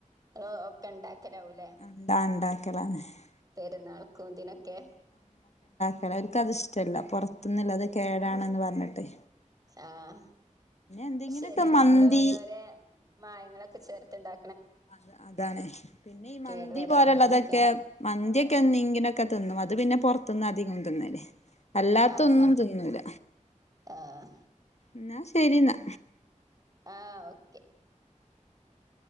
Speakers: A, on the right; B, on the left.
A: ആ ക്കെ ഉണ്ടാക്കലാവൂല്ലേ
B: എന്താ <unintelligible>
A: പെരുന്നാൾക്കുംന്തിനൊക്കെ
B: അവർക്ക് അത്ഷ്ടമല്ല പുറത്തൊന്നില്ല അത് കേടാണന്ന് പറഞ്ഞിട്ടേ
A: ആഹ
B: എന്തെങ്കിലുമൊക്കെ
A: ശരിയാണ്
B: മന്തി
A: ഓരോ ഓരോഓരോ മായങ്ങളൊക്കെ ചേർത്ത് തിണ്ടാ
B: അ അതാണ് പിന്നെ ഈ മന്തി
A: കേട് വരാക്കാനൊക്കെ
B: പോലുള്ളതൊക്കെ മന്തിയക്കെ <unintelligible> തിന്നും അത് പിന്നെ പുറത്തുന്ന് അധികം തിന്നല് അല്ലാത്തൊന്നും
A: ആഹ്
B: തിന്നൂല
A: ആഹ്
B: എന്നാ ശരി എന്നാ
A: ആഹ് ഓക്കെ